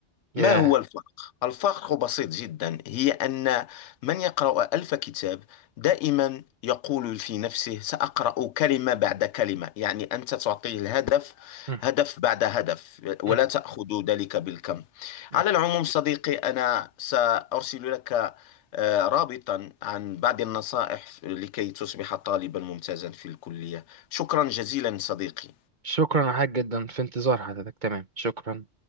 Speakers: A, on the right; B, on the left.
A: ياه
B: ما هو الفرق؟ الفرق بسيط جدا هي أن من يقرأ ألف كتاب دائما يقول في نفسه سأقرأ كلمة بعد كلمة يعني أنت تعطيه الهدف
A: مم،
B: هدف بعد هدف ولا
A: مم،
B: تأخذ ذلك بالكم
A: مم.
B: على العموم صديقي أنا سأرسل لك آه، رابطا عن بعض النصائح لكي تصبح طالبا ممتازا في الكلية شكرا جزيلا صديقي
A: شكرا يا حاج جدا في انتظار حضرتك تمام شكرا